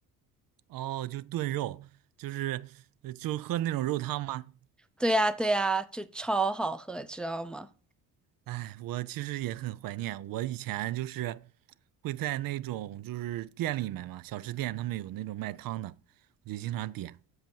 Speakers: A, on the right (about 60°); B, in the centre.
A: 哦，就炖肉，就是呃就喝那种肉汤吗？
B: 对呀，对呀，就超好喝，知道吗？
A: 哎，我其实也很怀念。我以前就是会在那种就是店里面嘛，小吃店他们有那种卖汤的，我就经常点。